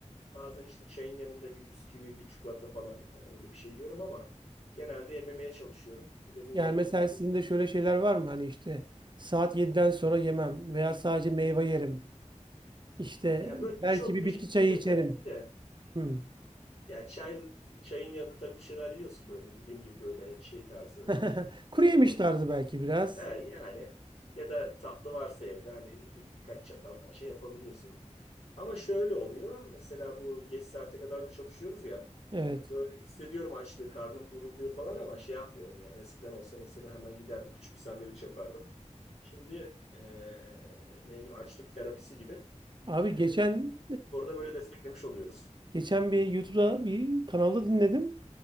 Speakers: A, on the left; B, on the right.
A: bazen işte çayın yanında bir bisküvi bir çikolata falan e, öyle bir şey yiyorum ama genelde yememeye çalışıyorum. Bir de bu
B: Yani mesela
A: rumu-
B: sizin de şöyle şeyler var mı? Hani işte saat 7'den sonra yemem veya sadece meyve yerim. İşte
A: ya böyle
B: belki
A: çok
B: bir
A: rigid
B: bitki çayı
A: değilim
B: içerim.
A: tabii ki de.
B: Hmm.
A: Ya çay çayın yanında tabii bir şeyler yiyorsun böyle dediğim gibi böyle şey tarzı
B: <laughs>
A: e,
B: Kuru yemiş
A: çikolata
B: tarzı belki biraz.
A: He, yani ya da tatlı varsa evde hani bir, birkaç çatal şey yapabiliyorsun. Ama şöyle oluyor mesela bu geç saate kadar da çalışıyoruz ya
B: Evet.
A: böyle hissediyorum açlığı karnım gurulduyor falan ama şey yapmıyorum yani eskiden olsa mesela hemen giderdim küçük bir sandviç yapardım. Şimdi eee ne bileyim açlık terapisi gibi
B: Abi
A: eee
B: geçen
A: orada böyle desteklemiş oluyoruz.
B: Geçen bir YouTube'da bir kanalda dinledim.